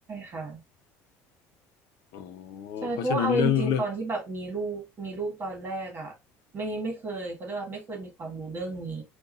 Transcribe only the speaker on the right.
ค่ะ
ใช่เพราะว่าเอาจริงๆตอนที่แบบมีลูกมีลูกตอนแรกอ่ะ
ไม่ไม่เคยเขาเรียกว่าไม่เคยมีความรู้เรื่องนี้